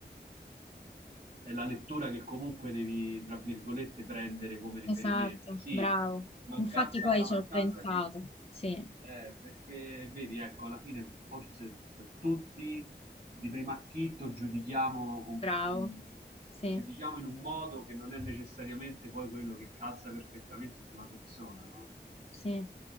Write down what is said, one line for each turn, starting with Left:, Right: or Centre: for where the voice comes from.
Right: è la lettura che comunque devi, tra virgolette, prendere come riferimento.
Left: esatto,
Right: Sì,
Left: bravo.
Right: mancanza,
Left: Infatti poi
Right: la
Left: ci
Right: mancanza
Left: ho pensato.
Right: di...
Left: Sì,
Right: eh, perché vedi, ecco, alla fine forse cioè, tutti di primo acchito giudichiamo, con-
Left: bravo. Sì,
Right: giudichiamo in un modo che non è necessariamente poi quello che calza perfettamente sulla persona, no?
Left: sì.